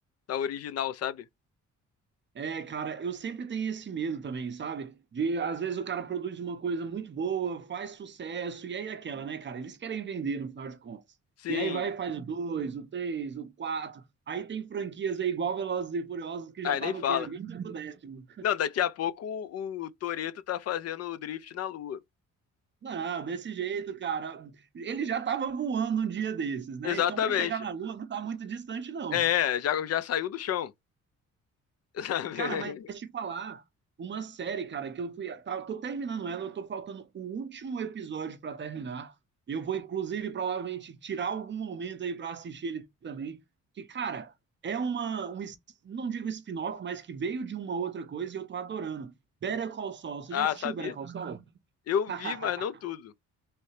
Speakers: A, on the left (about 55°); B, on the right (about 40°).
A: da original, sabe?
B: É, cara, eu sempre tenho esse medo também, sabe? De às vezes o cara produz uma coisa muito boa, faz sucesso, e aí é aquela, né, cara? Eles querem vender no final de contas.
A: Sim.
B: E aí vai e faz o dois, o três, o quatro. Aí tem franquias aí igual Velozes e Furiosos que já
A: Aí
B: tá
A: nem
B: no
A: fala.
B: quê? 20 décimo.
A: Não, daqui a pouco o, o Toretto tá fazendo o drift na lua.
B: Não, desse jeito, cara. Ele já estava voando um dia desses, né?
A: Exatamente.
B: Então, para chegar na Lua, não tá muito distante, não.
A: É, é, já, já saiu do chão. <laughs> Sabe?
B: Cara, mas te falar, uma série, cara, que eu fui. Tá, eu tô terminando ela, eu tô faltando o último episódio para terminar. Eu vou, inclusive, provavelmente tirar algum momento aí para assistir ele também. Que, cara, é uma. Um, es- não digo spin-off, mas que veio de uma outra coisa e eu tô adorando. Better Call Saul. Você
A: Ah,
B: já assistiu
A: sabia?
B: Better Call Ah, Saul?
A: Eu
B: <laughs>
A: vi, mas não tudo.